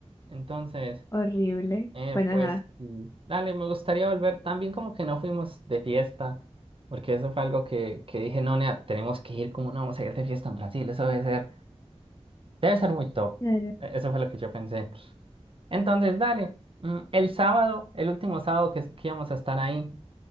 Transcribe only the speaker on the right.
Entonces,
eh,
pues,
mm, dale, me gustaría volver también como que no fuimos de fiesta, porque eso fue algo que, que dije, no, nea, tenemos que ir, como no vamos a ir de fiesta en Brasil? Eso debe ser, debe ser muy top.
E- Eso fue lo que yo pensé. Entonces, dale, mm, el sábado, el último sábado que, que íbamos a estar ahí.